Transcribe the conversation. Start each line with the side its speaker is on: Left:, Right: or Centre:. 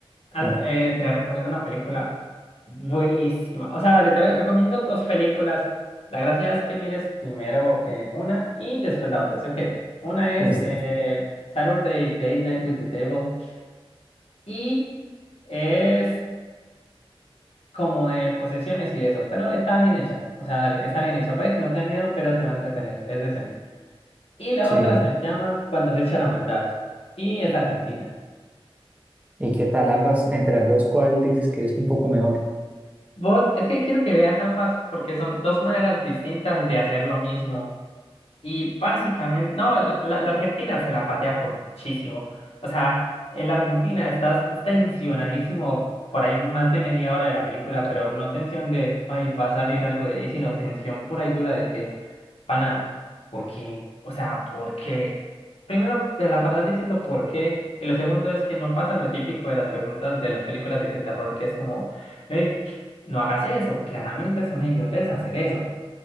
Left: Haz-
Right: Co-
Left: eh, te recomiendo una película buenísima. O sea, dale, te recomiendo dos películas. La gracia es que mires primero eh, una y después la otra. Así que una es
Right: Esta,
Left: eh, Saturday Date Night with the Devil y es como de posesiones y eso, pero está bien hecha. O sea, dale, está bien hecha. Puede que no te dé miedo, pero te va a entretener. Es decente. Y la
Right: sí.
Left: otra se llama Cuando se echa la maldad y es argentina.
Right: ¿Y qué tal ambas? Entre las dos, ¿cuál dices que es un poco mejor?
Left: Vos, es que quiero que veas ambas porque son dos maneras distintas de hacer lo mismo Y básicamente, no, la, la- la Argentina se la patea por muchísimo. O sea, en la Argentina estás tensionadísimo por ahí más de media hora de la película, pero no tensión de, ay, va a salir algo de ahí, sino tensión pura y dura de que, pana, ¿por qué? O sea, ¿por qué? Primero te la pasas diciendo por qué, y lo segundo es que no pasa lo típico de las preguntas de las películas de terror, que es como, hey, no hagas eso, claramente es una idiotez hacer eso.